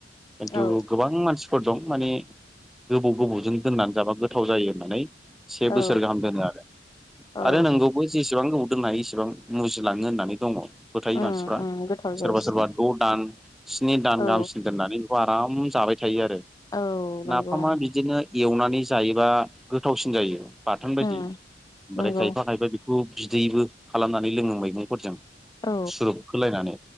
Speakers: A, in the centre; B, on the left.
A: खिन्थु
B: औ
A: गोबां मानसि <unintelligible> दं माने गोबाव-गोबावजों दोननानै जाबा गोथाव जायो होननानै से
B: औ
A: बोसोर गाहाम दोनो आरो।
B: औ
A: आरो नोंगौबो जेसेबां गोबौ दोननो हायो एसेबां मुजि लाङो होननानै दङ' फोथायो
B: उम
A: मानसिफ्रा
B: उम गोथाव जायसिनो
A: सोरबा-सोरबा द' दान स्नि दान
B: औ
A: गाहामसिन दोननानै बेखौ आराम जाबाय थायो आरो
B: औ नंगौ
A: नाफामा बिदिनो एवनानै जायोबा गोथावसिन जायो बाथोन बायदि।
B: उम
A: ओमफ्राय
B: नंगौ
A: खायफा-खायफा बे <unintelligible> बिदैबो खालामनानै लोङो मैगंफोरजों ।
B: औ
A: सुरुप खोलायनानै